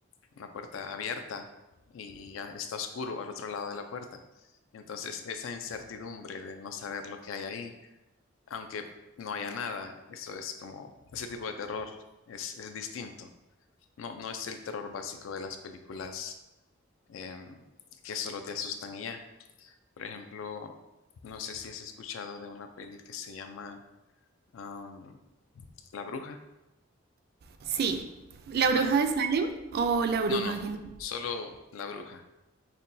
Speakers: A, on the left (about 80°); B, on the right (about 50°).
A: una puerta abierta y ya está oscuro al otro lado de la puerta. Entonces, esa incertidumbre de no saber lo que hay ahí, aunque no haya nada, eso es como, ese tipo de terror es, es distinto. No, no es el terror básico de las películas eh, que solo te asustan y ya. Por ejemplo, no sé si has escuchado de una peli que se llama um, La Bruja.
B: Sí. ¿La
A: No,
B: bruja de Salem o la bruja
A: No, no,
B: en general?
A: solo La Bruja.